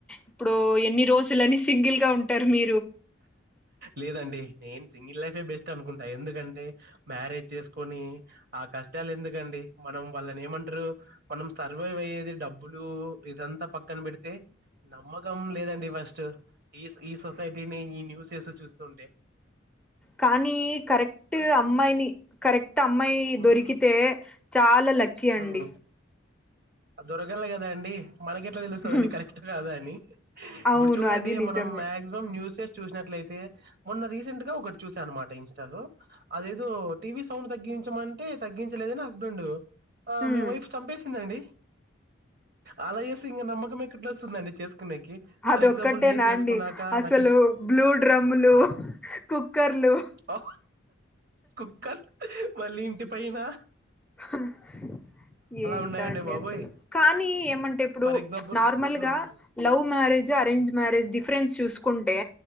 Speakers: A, in the centre; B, on the right (about 50°).
A: ఇప్పుడు ఎన్ని రోజులని సింగిల్ గా ఉంటారు మీ
B: లేదండి నేను సింగిల్ లైఫ్ ఏ బెస్ట్ అనుకుంటా ఎందుకంటే మ్యారేజ్ చేసుకొని ఆ కష్టాలు ఎందుకండి మనం వాళ్ళ ఏమంటారు మనం సర్వైవ్ అయ్యేది డబ్బులు ఇదంతా పక్కన పెడితే నమ్మకం లేదండి ఫస్ట్ ఈ ఈ సొసైటీని ఈ న్యూస్ సు చూస్తూ ఉంటే
A: కానీ కరెక్ట్ అమ్మాయిని కరెక్ట్ అమ్మాయి
B: హ్మ్
A: దొరికితే చాలా లక్కీ
B: హ్మ్
A: అండి
B: దొరకలే కదా అండి మనకి తెలుస్తది
A: హ్మ్,
B: అండి కరెక్ట్ కాదా అని
A: అవును
B: ఇప్పుడు చూడండి
A: అది నిజమే
B: మనం మాక్సిమం న్యూస్ స్ చూసినట్లయితే మొన్న రీసెంట్ గా ఒకటి చూసా అనమాట ఇంస్టాలో అదేదో టీవీ సౌండ్ తగ్గించమంటే తగ్గించలేదని హస్బెండ్ ఆమే
A: హ్మ్,
B: వైఫ్ చంపేసిందండి అలా చేస్తే ఇంకా నమకమే ట్ వస్తుందండి చేసుకునేకి ఫర్
A: అదొక్కటేనా
B: ఎగ్జాంపుల్ నేను చేసుకున్నాక
A: అండి అసలు
B: నాకు
A: బ్లూ డ్రమ్ములు కుక్కర్లు
B: ఓ కుక్కర్ మళ్ళీ ఇంటి పైనా
A: <inaudible> ఏంటో
B: ఉన్నాయండి
A: అండి
B: బాబోయ్!
A: అసలు కానీ ఏమంటే ఇప్పుడు
B: ఫర్ ఎగ్జాంపుల్
A: నార్మల్
B: హ్మ్.
A: గా Love marriage arrange marriage difference చూసుకుంటే